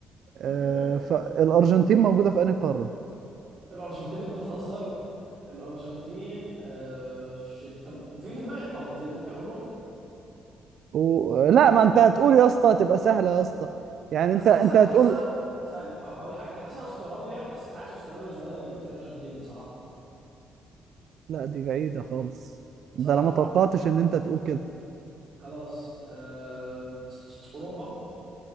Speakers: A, on the right (about 55°); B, on the right (about 35°).
A: آه
B: <laughs>
A: فالأرجنتين موجودة في أنهي قارة؟
B: الارجنتين انت بتهزر الارجنتين آه... شت... طب في في دماغي قارتين ممكن اقولهم
A: و... لا ما أنت هتقول يا اسطى تبقى سهلة يا اسطى يعني
B: اصل
A: أنت أنت
B: حاسه
A: هتقول
B: حاسه ثانية ه- هقول حاجة حاسه استراليا بس حاسه استراليا صغيرة ان يبقى فيها ارجنتين بصراحة
A: لا دي بعيدة خالص ده
B: صح؟
A: أنا ما توقعتش إن أنت تقول كده
B: خلاص أه... اوروبا